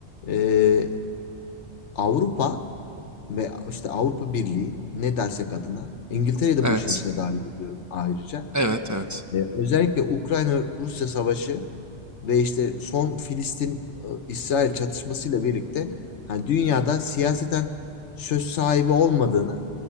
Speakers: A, on the left; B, on the right.
A: e, Avrupa ve işte Avrupa Birliği ne dersek adına İngiltere'yi de
B: Evet.
A: bu işin içine dahil ediyorum ayrıca.
B: Evet, evet.
A: E, özellikle Ukrayna-Rusya savaşı ve işte son Filistin-İsrail çatışmasıyla birlikte hani dünyada siyaseten söz sahibi olmadığını,